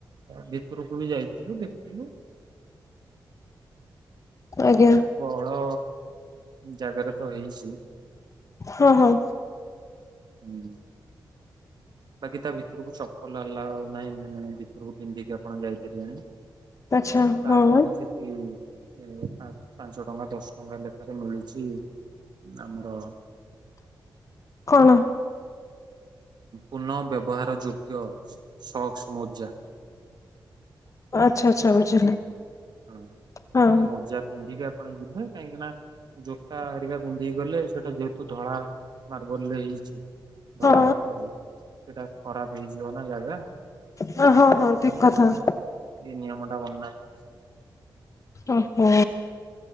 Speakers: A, on the right; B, on the left.
A: ଭିତରକୁ ବି ଯାଇଥିଲୁ ଦେଖିଲୁ
B: ଆଜ୍ଞା
A: ବହୁତୁ ବଡ ଜାଗାରେ ତ ହେଇଛି
B: ହଁ ହଉ
A: ହୁଁ। ବାକି ତା ଭିତରୁକୁ ଚପଲ ଆଲାଉ ନାହିଁ ମେନେ ଭିତରକୁ ପିନ୍ଧିକି ଆପଣ ଯାଇପାରିବେନି।
B: ଆଚ୍ଛା
A: ତା
B: ହଁ
A: ପାଇଁ ସେଠି ଏ ପା ପାଞ୍ଚ ଟଙ୍କା ଦଶ ଟଙ୍କା ଲେଖାରେ ମିଳୁଛି ଆମର
B: କଣ?
A: ପୁନଃ ବ୍ୟବହାର ଯୋଗ୍ୟ ସକ୍ସ ମୋଜା।
B: ଆଚ୍ଛା ଆଚ୍ଛା ବୁଝିଲି।
A: ହଁ ସେ
B: ହଁ
A: ଯୋଉ ମୋଜା ପିନ୍ଧିକି ଆପଣ ଯିବେ କାହିଁକି ନା ଜୋତା ହେରିକା ପିନ୍ଧିକି ଗଲେ ସେଇଟା ଯେହେତୁ ଧଳା ମାର୍ବଲରେ ହେଇଛି ଧଳା
B: ହଁ
A: ପଥରରେ ସେଟା ଖରାପ ହେଇଯିବ ନା ଜାଗା!
B: ହଁ
A: ସେଥିପାଇଁ
B: ହଁ ଠିକ କଥା
A: ଏଇ ନିୟମଟା ବନା ହେଇଛି ଆଉ।
B: ଓହୋ